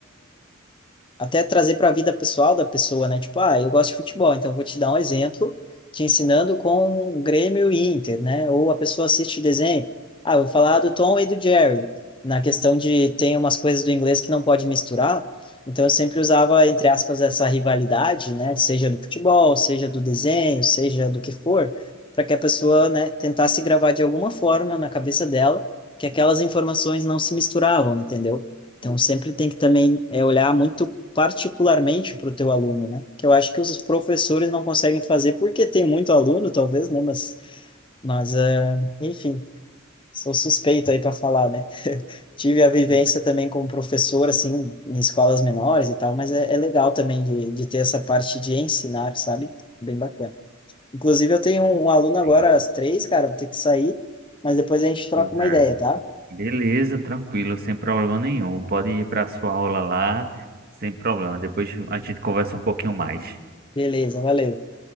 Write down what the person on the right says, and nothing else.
Uhum.
Sim,
pô, cara.
Beleza, tranquilo, sem problema nenhum. Pode ir para sua aula lá, sem problema. Depois a gente conversa um pouquinho mais.